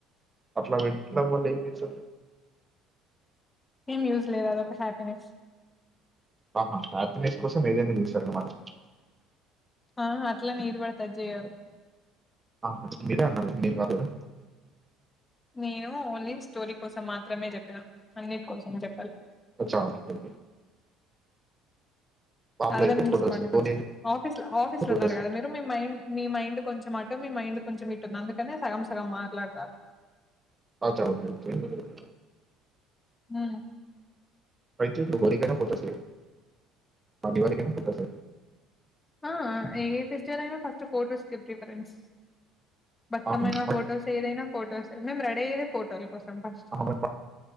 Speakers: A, on the right; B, on the left.
A: అట్లా మట్లా న చేస
B: ఏం యూజ్ లేదు అది ఒక హ్యాపీనెస్
A: ఆహా హ్యాపీనెస్ కోసం ఏదైనా చేశారన్నమాట
B: ఆహా అట్లని ఏది పడితే అది చెయ్యరు.
A: ఆ మీరే అన్నారు కదా మీరు కాదు కదా
B: నేను ఓన్లీ స్టోరీ కోసం మాత్రమే చెప్పినా అన్నిటి కోసం చెప్పలే
A: అచ్చా <unintelligible> మామూలు
B: అర్థం
A: అయితే
B: తీసుకోండి
A: ఫోటోస్, హోలీ
B: ఫస్ట్
A: అయితే
B: ఆఫీస్ లో ఆఫీస్ లో
A: ఫోటోస్.
B: ఉన్నారు కదా మీరు మీ మైండ్ మీ మైండ్ కొంచెం అట మీ మైండ్ కొంచెం ఇట్ ఉంది అందుకనే సగం సగం మాట్లాడతారు
A: అ త <unintelligible>
B: ఆ
A: అయితేలు గరి కనా ఫోటాస మాదివాళని కనా ఫోటాస
B: ఆ ఏ ఫెస్టివల్ అయినా ఫస్ట్ ఫోటోస్ కే ప్రిఫరెన్స్ బతుకమ్మైనా
A: ఆహా! బట్
B: ఫోటోస్ ఏ ఏదైనా ఫోటోస్ ఎ మేము రెడీ అయ్యేదే ఫోటోల కోసం ఫస్ట్
A: అహమద్